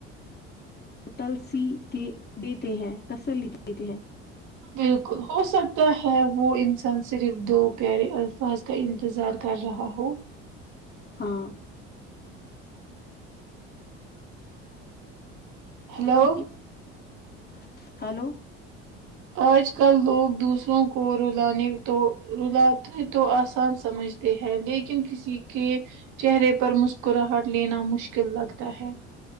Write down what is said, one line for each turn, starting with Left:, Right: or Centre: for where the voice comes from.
Left: تلسی دیتے ہیں تسلی دیتے ہیں
Right: بالکل ہو سکتا ہے وہ انسان صرف دو پیارے الفاظ کا انتظار کر رہا ہوں
Left: ہاں
Right: ہیلو
Left: <unintelligible> ہیلو
Right: آج کل لوگ دوسروں کو رولانے تو رلاتے تو آسان سمجھ ہے لیکن کسی کے چہرے پر مسکراہٹ لینا مشکل لگتا ہے